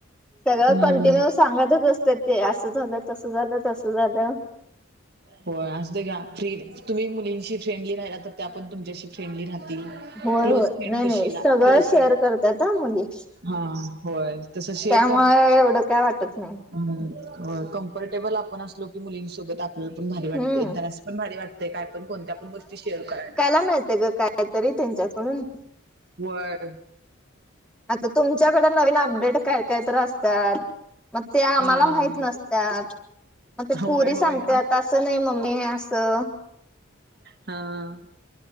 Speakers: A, in the centre; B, on the right (about 50°).
A: सगळं
B: हम्म
A: कंटिन्यू सांगतच असत्यात ते असं झालं, तसं झाल, तस <unintelligible>
B: हो असुद्या का फ्री तुम्ही मुलींशी फ्रेंडली राहिला तर त्या पण तुमच्याशी फ्रेंडली राह तील
A: होय
B: क्लोज
A: होय
B: फ्रेंड
A: नाही
B: होशीला,
A: नाही सगळं
B: क्लोज
A: शेअर
B: फ्रेंड
A: करतात हा मुली
B: हा होय तस शेअर
A: त्यामुळे
B: करणार.
A: एवढं काय वाटत नाही.
B: हम्म होय कम्फर्टेबल आपण असलो की मुलींसोबत आपल्याला पण भारी वाटतंय
A: हम्म
B: त्यांनास पण भारी वाटतेय काय पण कोणत्या पण गोष्टी शेअर करायला.
A: काय माहिती ग काय कायतरी त्यांच्याकडून
B: व्हय.
A: आता तुमच्याकडे नवीन अपडेट काय काय तर असत्यात. मग त्या आम्हाला
B: हा
A: माहित नसत्यात. मग ते
B: होय
A: पोरी
B: होय
A: सांगत्यात असं नाही मम्मी असं.
B: हां.